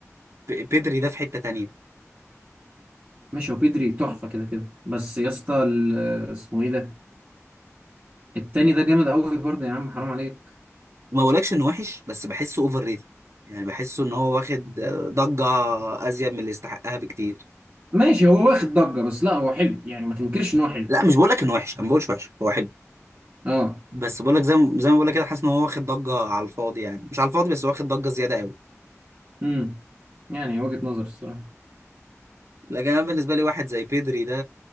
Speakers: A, on the right; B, on the right.
A: بيدري ده في حته تانية
B: ماشي هو بيدري تحفة كده كده بس يا اسطى ال- اسمه ايه ده التاني ده جامد قوي برضه يا عم حرام عليك
A: وما بقولكش انه وحش بس بحسه اوفر ريتد يعني بحسه ان هو واخد آه، ضجه ازيد من اللي يستحقها بكتير
B: ماشي هو واخد ضجة بس لا هو حلو يعني ما تنكرش ان هو حلو
A: لا مش بقولك انه وحش انا ما بقولش وحش هو حلو
B: اه
A: بس بقولك زي ما زي ما بقولك كده حاسس ان هو واخد ضجه على الفاضي يعني مش على الفاضي بس واخد ضجه زياده قوي
B: امم يعني وجهة نظر الصراحة
A: لكن انا بالنسبه لي واحد زي بيدري ده